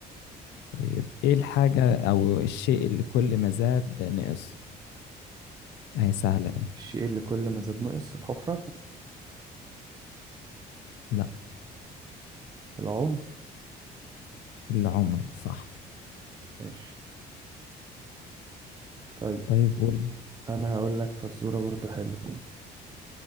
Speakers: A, on the left; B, on the right.
A: طيب إيه الحاجة أو الشيء اللي كل ما زاد نقص أهي سهلة
B: الشيء اللي كل ما زاد نقص في الحفرة
A: لا
B: العمر
A: العمر صح
B: ماشي طيب
A: طيب قول
B: أنا هقول لك فزورة برضو حلوة